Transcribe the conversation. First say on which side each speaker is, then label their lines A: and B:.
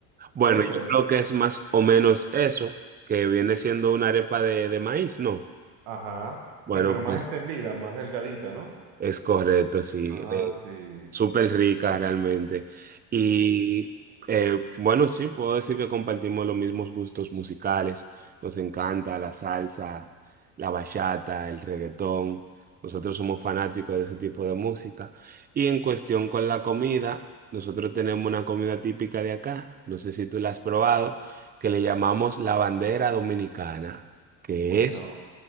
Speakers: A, on the right; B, on the right.
A: Bueno,
B: Puede ser.
A: yo creo que es más o menos eso, que viene siendo una arepa de, de maíz, ¿no?
B: Ajá.
A: Bueno,
B: Sí, pero
A: pues.
B: más extendida, más delgadita, ¿no?
A: Es correcto, sí.
B: Ah,
A: eh,
B: sí,
A: súper rica realmente. Y
B: sí.
A: eh, bueno, sí, puedo decir que compartimos los mismos gustos musicales. Nos encanta la salsa, la bachata, el reggaetón. Nosotros somos fanáticos de ese tipo de música. Y en cuestión con la comida, nosotros tenemos una comida típica de acá, no sé si tú la has probado, que le llamamos la bandera dominicana, que
B: Oye,
A: es
B: no.